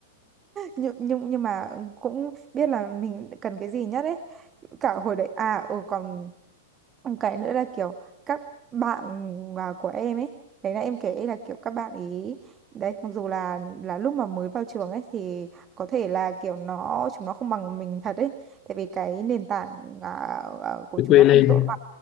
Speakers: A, on the right; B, on the left.
A: nhưng nhưng nhưng mà cũng biết là mình cần cái gì nhất ấy cả hồi đấy à ừ còn Một cái nữa là kiểu các bạn à, của em ấy đấy là em kể là kiểu các bạn ý đấy mặc dù là là lúc mà mới vào trường ấy thì có thể là kiểu nó chúng nó không bằng mình thật ấy tại vì cái nền tảng à, à, của
B: Phải
A: chúng
B: quê
A: nó không
B: lên.
A: tốt bằng